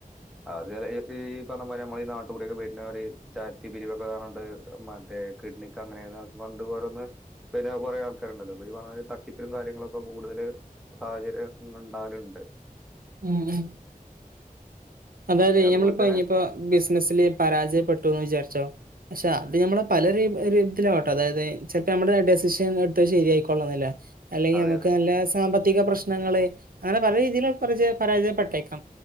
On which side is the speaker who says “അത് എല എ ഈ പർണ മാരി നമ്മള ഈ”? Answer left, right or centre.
Centre